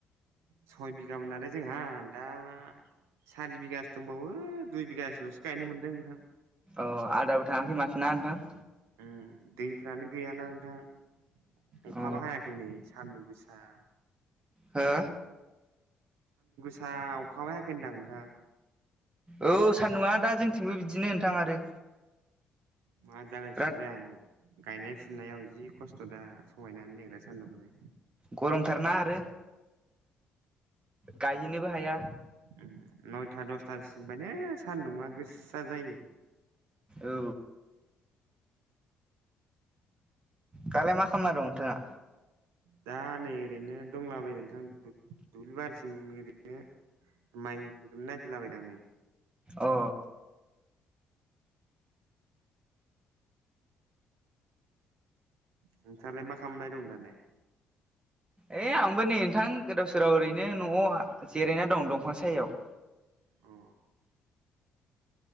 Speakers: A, on the right; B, on the right.
A: सय बिगामोनालाय जोंहा दा सारि बिगासो दंबावो दुइ बिगासोल'सो गायनो मोनदों नोंथां।
B: अ आदाबो थाङाखै माथो ना नोंथां?
A: उम दैफ्रानो गैयाना नोंथां
B: अ
A: अखाबा हायाखै नै सान्दुं गोसा।
B: हो?
A: हा अखाबो हायाखै होनदां नोंथां।
B: औ सान्दुङा दा जोंथिंबो बिदिनो नोंथां आरो।
A: मा जागोन
B: बिराद
A: सिमबाय आं। गायनाय फुनायाव जि खस्थ' दा सहायनो हानो नागेरा सान्दुंखोनो।
B: गर'मथारना आरो गायहैनोबो हाया।
A: उम नयथा दसथा सोनिफायनो सान्दुंआ गोसा जायो।
B: औ। दालाय मा खालामना दं नोंथाङा?
A: दा नै ओरैनो दंलाबायो नोंथां दुब-दुब्लि बारिथिं ओरैनो। माइफोरखौनो नायफैलाबायदो आं नै।
B: अ
A: नोंथांलाय मा खामबाय दं दालाय?
B: ओय आंबो नै नोंथां गोदाव सोराव ओरैनो न'आव जिरायना दं दंफां सायायाव।
A: औ।